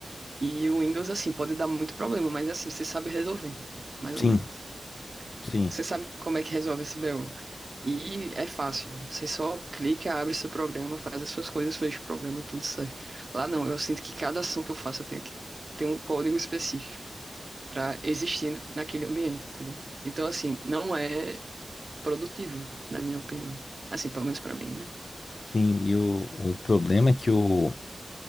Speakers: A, on the right; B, on the left.
A: E o Windows, assim, pode dar muito problema, mas assim, você sabe resolver, mais
B: Sim,
A: ou menos.
B: sim,
A: Você sabe como é que resolve esse BO. E é fácil. Você só clica, abre seu programa, faz as suas coisas, fecha o programa, tudo certo. Lá não, eu sinto que cada ação que eu faço eu tenho que ter um código específico para existir naquele ambiente, entendeu? Então, assim, não é produtivo, na minha opinião. Assim, pelo menos para mim, né?
B: sim. E o, o problema é que o,